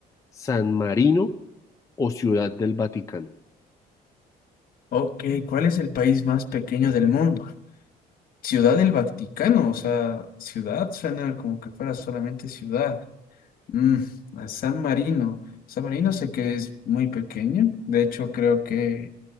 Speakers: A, on the left; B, on the left.
A: San Marino o Ciudad del Vaticano?
B: Ok, ¿cuál es el país más pequeño del mundo? Ciudad del Vaticano, o sea, ciudad suena como que fuera solamente ciudad. Mm, a San Marino. San Marino sé que es muy pequeño, de hecho creo que